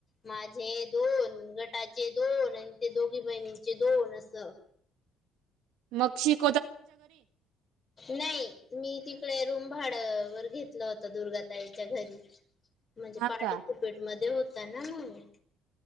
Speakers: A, on the left; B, on the right.
A: माझे दोन गटाचे दोन आणि ते दोघी बहिणीचे दोन असं.
B: मग शीट
A: नाही मी ति तकडे रूम भाड वर घेतलं होत दुर्गाताईच्या घरी म्हणजे
B: हा
A: पार्टिसिपेट
B: का
A: मध्ये होत ना म्मी